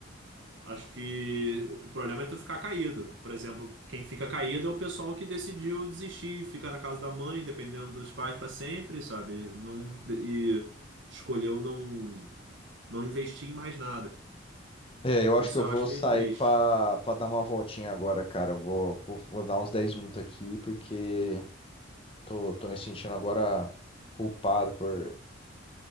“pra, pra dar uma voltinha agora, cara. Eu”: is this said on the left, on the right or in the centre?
Left